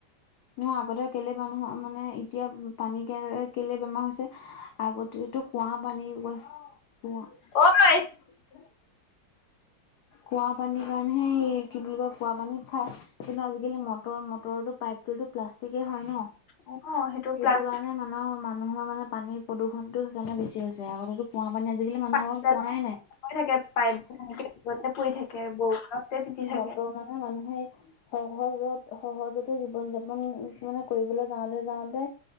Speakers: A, on the left; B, on the left.
A: নহয় আগতে কেলে মানুহৰ মানে, এতিয়া পানী কাৰণে কেলে বেমাৰ হৈছে? আগতেতো কুঁৱা পানীৰ গছ কুঁৱা
B: ঐ
A: কুঁৱা পানীৰ কাৰণেহে সেই কি বুলি কয় কুঁৱা পানীত খাই। কিন্তু আজিকালি মটৰ-মটৰৰ পাইপটোতো প্লাষ্টিকে হয় ন'।
B: অ সেইটো প্লাষ্টিক
A: যিটো কাৰণে মা ৰ মানুহৰ মানে পানীৰ প্ৰদূষণতটো সেইকাৰণে বেছি হৈছে। আগতেতো কুঁৱা পানী আজিকালি মানুহৰ
B: পাইপডাল
A: কুঁৱাই নাই।
B: থাকে পাইপ সনেকেতে পৰি থাকে বৰষুণতে তিতি থাকে।
A: মতৰ মানে মানুহে সহজত-সহজতে জীৱন যাপন মানে, কৰিবলৈ যাওঁতে-যাওঁতে